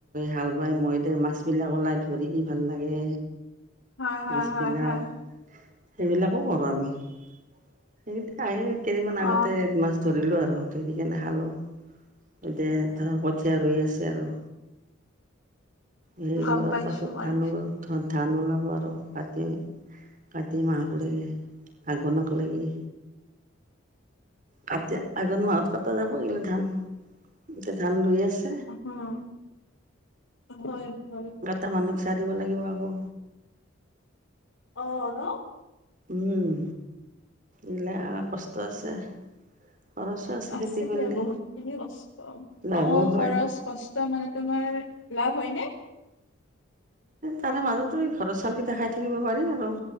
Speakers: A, on the right; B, on the left.
A: হাল-বাই মৈদে মাছবিলাক ওলাই ধৰি কি, ভাল লাগে।
B: হয় হয়
A: মাছবিলাক,
B: হয় হয়
A: সেইবিলাকো কৰো আমি। সেইকেইটা আহি কেইদিনমান
B: অ
A: আগতে মাছ ধৰিলোঁ আৰু ধৰি কেনে খালোঁ, এতিয়া কঠীয়া ৰুই আছে আৰু। সেই
B: গম
A: ৰোৱাৰ
B: পাইছো
A: পাছত
B: মই
A: ধান হব ধান ওলাব আৰু। কাটি কাটি মাহকলেকে আঘোণক লাগি। কাতি, আঘোন মাহত কটা যাব এইবিলাক ধান। এতিয়া ধান ৰুই আছে।
B: অহ, হয়, হয়।
A: তাৰ মানুহক চাহ দিব লাগিব, আকৌ।
B: অ', ন!
A: উম ইলাক কষ্ট আছে। খৰচো
B: আছে
A: খেতি কৰিলে
B: দিয়া বহুত খিনি কষ্ট
A: লাভো
B: অ
A: হয়
B: খৰচ। কষ্ট মানে তোমাৰ লাভ হয় নে?
A: তাৰে মাজতোই ঘৰৰ চাউল কেইটা খায় থাকিব পাৰি আৰু।